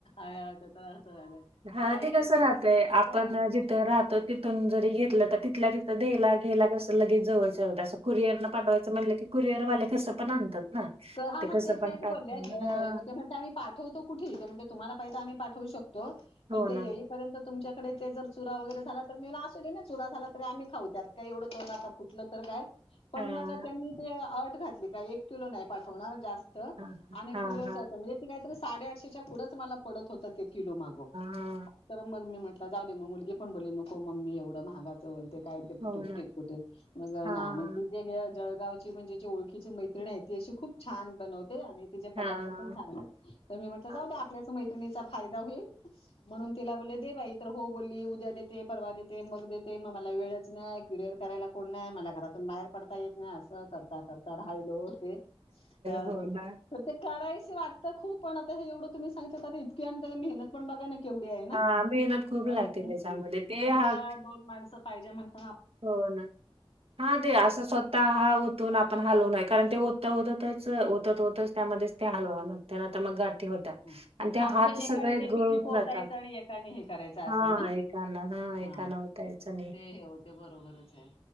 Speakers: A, on the left; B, on the right.
A: आया असतं असं झालं.
B: हा
A: आणि काही
B: ते
A: काही
B: कसं
A: पदार्थांना
B: राहतंय
A: कसं
B: आपण
A: खूप
B: जिथं राहतो तिथून जरी घेतलं तर तिथल्या तिथं तर द्यायला घ्यायला कसं लगेच जवळचं होतं असं कुरिअरनं पाठवायचं म्हटलं की कुरिअरवाले कसं पण आणतात. ना.
A: हा
B: ते
A: मग
B: कसं
A: तेच
B: पण टाकून
A: बोलल्या जे
B: हां,
A: आम्ही पाठवतो कुठे ते म्हणले तुम्हाला पैसा आम्ही पाठवू शक हो. पण
B: हो
A: ते
B: ना.
A: येईपर्यंत तुमच्या कडे ते जर चुरा वगैरे झाला तर मी असु दे ना चुरा झालं तरी आम्ही खाऊ त्यात. का एवढं आता फुटलं तर काय पण
B: हां,
A: मग त्यांनी ते अट घातली काय एक किलो नाही पाच होणार जास्त त
B: हां,
A: आणि
B: हां,
A: काय
B: हां, हां,
A: म्हणजे ते काय तर साडेआठशेच्या पुढंच मला पडत होतं किलो माग
B: हां.
A: तर मग मी म्हटलं जाऊ दे, मग मुलगी पण बोलली नको मम्मी एवढं महागाचं वैगरे काय ते
B: हो
A: तुट
B: ना.
A: फुटे मग
B: हां,
A: आणि त जे जळगावची म्हणजे जे ओळखीची मैत्रणी आहे ती अशी खूप छान बनवते. आणि तिचे पदार्थ
B: हां,
A: पण चांगले. कधी गले तर जाऊ
B: हां.
A: दे आपल्याच मैत्रीणच. चा फायदा होईल? म्हणून तिला बोलले दे बाई तर हो बोलली उद्या देते, परवा देते, मग देते मग मला वेळच नाही. कुरीयर करायला कोण नाही. मला घरातून बाहेर पडता येत नाही. नाही असं करता करता राहिल ओ ते. हा
B: हो ना.
A: ते करायचं वाटतं खूप पण हे आता एवढं तुम्ही सांगितलं इतकी आणि मेहतन पण बघा ना केवढी आहे ना
B: हां, मेहनत खूप
A: मग
B: लागते त्याच्यामध्ये. ते
A: आणि
B: हां,
A: त्याला दोन माणसं पाहिजे म्हणजे
B: हो ना. हा. ते असं स्वतः हा तो आपण हलवून कारण ते ओतच ओतच ओतच त्यामध्येच ते हलवावं लागते नाही तर मग गाठी होतात.
A: हं.
B: आणि ते
A: हां, म्हणजे
B: हात
A: एकाने
B: सगळे
A: ते
B: गळून
A: चिक ओतायचं
B: जातात.
A: आणि एकाने हे करायचं असं
B: हा
A: ना?
B: एकाना हा एकाना
A: हां.
B: होता ओटायचं नाही.
A: हे होते ते बरोबरच आहे.